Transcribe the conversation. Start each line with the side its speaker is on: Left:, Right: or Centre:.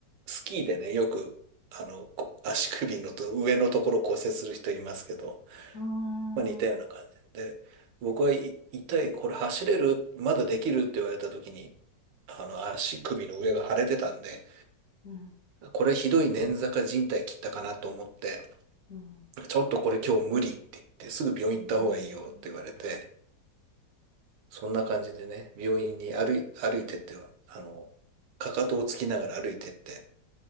Right: スキーでね、よく、あの、こ足首のと上のところ骨折する人いますけど、
Left: ーうーん。
Right: まあ似たような感じで、
Left: うん。
Right: 僕はい痛い、これ走れるまだできるって言われた時に、あの、足首の上が腫れてたんで、
Left: う
Right: これひどい捻挫か靭帯切ったかなと思って、
Left: ん。
Right: ちょっとこれ今日無理って言って、すぐ病院行った方がいいよって言われて、
Left: うん
Right: そんな感じでね、病院に歩い、歩いてっては、あの、かかとをつきながら歩いてって、